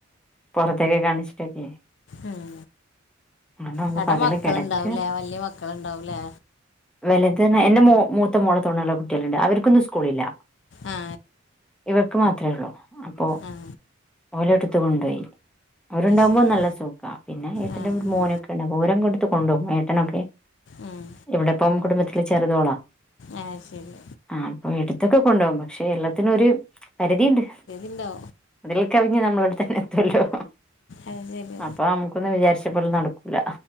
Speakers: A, in the centre; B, on the left.
A: പുറത്തേക്കെ കാണിച്ചിട്ടൊക്കെ
B: ഉം
A: അതുകൊണ്ട് നമുക്ക്
B: അവിടെ
A: പകല്
B: മക്കളുണ്ടാവൂലേ
A: കിടക്ക
B: വലിയ മക്കളുണ്ടാവുലേ
A: വെലത് എന്റെ മൂത്ത മോള തോണുള്ള കുട്ടികളുണ്ട് അവർ അവർകൊന്നും സ്കൂളില്ല
B: ആ
A: ഇവർക്ക് മാത്രമേ ഉള്ളൂ അപ്പോ
B: ഉം
A: ഓലെടുത്ത് കൊണ്ടോയി അവരുണ്ടാവുമ്പോ
B: ശരി
A: നല്ല സുക്കാണ് പിന്നെ ഏട്ടന്റെ
B: ആ
A: ഒരു
B: ഉം.
A: മോനൊക്കെണ്ടാവും ഓര് അങ്ങോട്ട് എടുത്ത് കൊണ്ട് പോകും ഏട്ടനൊക്കെ
B: ഉം.
A: ഇവിടപ്പം കുടുംബത്തി ചെറുതോളാ
B: ആ ശരി
A: ആഹ് അപ്പൊ എടുത്തൊക്കെ കൊണ്ടുപോകും പക്ഷെ എല്ലാത്തിനൊരു പരിധിണ്ട്
B: ഉണ്ടോ
A: അതിൽ കവിഞ്ഞ് നമ്മളെ അവിടെത്തന്നെ എത്തുവല്ലോ
B: അത് ശരി
A: അപ്പൊ നമുക്കൊന്ന് വിചാരിച്ചപ്പോലെ നടക്ക കൂല.